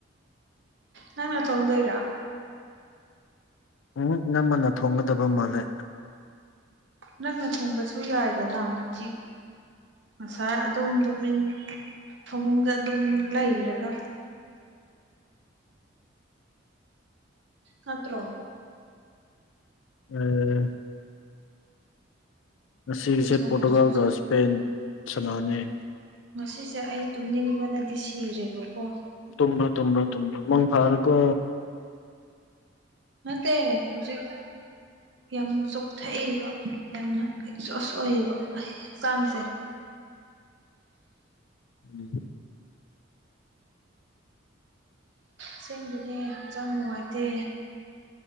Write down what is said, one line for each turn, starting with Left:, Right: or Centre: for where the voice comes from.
Right: ꯅꯪꯅ ꯊꯣꯡꯗꯣꯏꯔꯥ
Left: ꯎꯝ ꯏꯅꯝꯃꯅ ꯊꯣꯡꯒꯗꯕ ꯃꯥꯜꯂꯦ
Right: ꯅꯪꯅ ꯊꯣꯡꯕꯁꯨ ꯌꯥꯏꯗꯅ ꯅꯨꯡꯇꯤ ꯉꯁꯥꯏ ꯑꯗꯨꯝ ꯇꯨꯃꯤꯟ ꯐꯃꯨꯡꯗ ꯑꯗꯨꯝ ꯂꯩꯔꯒ ꯅꯠꯇ꯭ꯔꯣ
Left: ꯎꯡ ꯉꯁꯤꯒꯤꯁꯦ
Right: ꯎꯇꯤ ꯊꯣꯡꯕꯁꯤꯁꯨ
Left: ꯄꯣꯔꯇꯨꯒꯥꯜꯒ ꯏꯁꯄꯦꯟ ꯁꯅꯥꯅꫠ
Right: ꯉꯁꯤꯁꯦ ꯑꯩ ꯇꯨꯝꯅꯤꯡꯕꯅꯗꯤ ꯁꯤꯔꯦꯕꯀꯣ
Left: ꯇꯨꯝꯕ꯭ꯔꯣ ꯇꯨꯝꯕ꯭ꯔꯣ ꯇꯨꯝꯕꯔꯣ ꯃꯪ ꯐꯔ‌ꯣ ꯀꯣ
Right: ꯅꯠꯇ‌ꯦ ꯍꯧꯖꯤꯛ ꯌꯥꯝ ꯆꯣꯛꯊꯛꯑꯦꯕ ꯌꯥꯝꯅ ꯑꯦꯛꯖꯣꯁ ꯑꯣꯏꯌꯦꯕ ꯑꯩ ꯍꯛꯆꯥꯡꯁꯦ
Left: ꯎꯝ
Right: ꯑꯁꯦꯡꯕꯅꯦ ꯍꯛꯆꯥꯡ ꯅꯨꯡꯉꯥꯏꯇꯦ